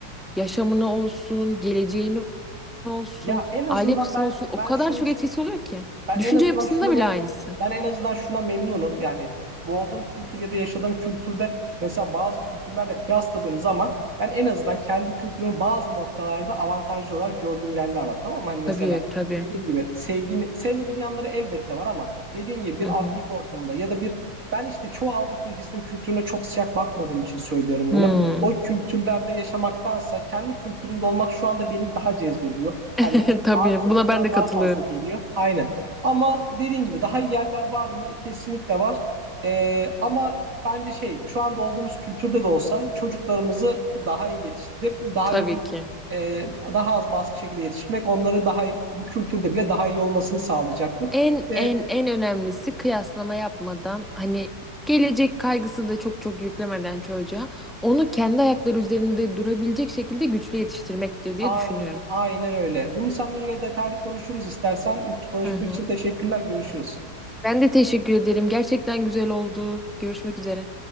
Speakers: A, in the centre; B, on the right.
A: yaşamını olsun, geleceğini olsun,
B: Ya en azından
A: aile yapısına
B: ben
A: olsun o
B: ben
A: kadar
B: şunu
A: çok
B: is-
A: etkisi oluyor ki.
B: ben
A: Düşünce
B: en azından
A: yapısında
B: şunu me-
A: bile aynısı.
B: ben en azından şuna memnunum. Yani doğduğum kültür ya da yaşadığım kültürde mesela bazı kültürlerle kıyasladığım zaman ben en azından kendi kültürümü bazı noktalarda avantajlı olarak gördüğüm yerler var. Tamam mı? Hani mesela
A: Tabii tabii.
B: dediğim gibi sevdiğim, sevmediğim yanları elbette var ama dediğim gibi bir
A: Hı hı.
B: Afrika ortamında ya da bir ben işte çoğu Avrupa ülkesinin kültürüne çok sıcak bakmadığım için söylüyorum
A: Hmm.
B: bunu. O kültürlerde yaşamaktansa kendi kültürümde olmak şu anda beni daha cezbediyor.
A: <laughs>
B: Hani
A: Tabii
B: artıları
A: buna ben
B: bana
A: de katılıyorum.
B: daha fazla geliyor. Aynen. Ama dediğin gibi daha iyi yerler var mı? Kesinlikle var. Ee, ama bence şey şu anda olduğumuz kültürde de olsa çocuklarımızı daha iyi yetiştirip daha
A: Tabii
B: iyi bir
A: ki.
B: e, daha az baskı şekilde yetiştirmek onları daha iyi, bu kültürde bile daha iyi olmasını sağlayacaktır.
A: En
B: Ve
A: en en önemlisi kıyaslama yapmadan hani gelecek kaygısı da çok çok yüklemeden çocuğa onu kendi ayakları üzerinde durabilecek şekilde güçlü yetiştirmektir diye
B: ayn,
A: düşünüyorum.
B: aynen öyle. Bunu seninle yine detaylı konuşuruz istersen. Konuşmak
A: Hı hı.
B: için teşekkürler. Görüşürüz.
A: Ben de teşekkür ederim. Gerçekten güzel oldu. Görüşmek üzere.